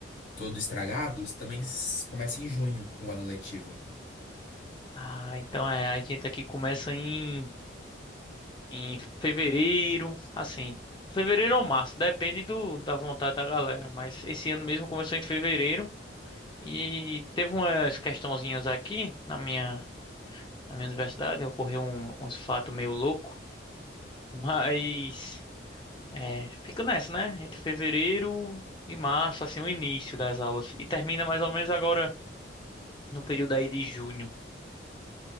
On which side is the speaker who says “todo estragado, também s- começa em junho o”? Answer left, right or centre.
Left